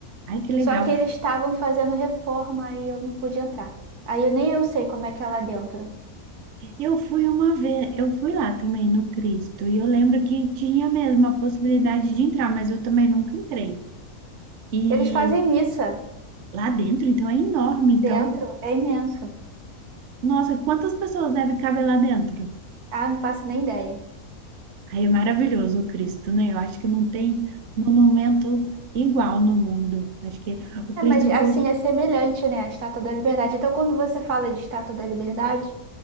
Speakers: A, on the right; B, on the right.
A: Ai, que legal.
B: Só que eles estavam fazendo reforma e eu não pude entrar. Aí eu, nem eu sei como é que é lá dentro.
A: Eu fui uma vez, eu fui lá também no Cristo, e eu lembro que tinha mesmo a possibilidade de entrar, mas eu também nunca entrei. E
B: Eles fazem missa
A: Lá dentro, então, é enorme. Então,
B: dentro, é imenso.
A: nossa, quantas pessoas deve caber lá dentro?
B: Ah, não faço nem ideia.
A: Aí é maravilhoso o Cristo, né? Eu acho que não tem monumento igual no mundo. Acho que o Cristo
B: É, mas assim,
A: foi.
B: é semelhante, né? A Estátua da Liberdade. Então, quando você fala de Estátua da Liberdade,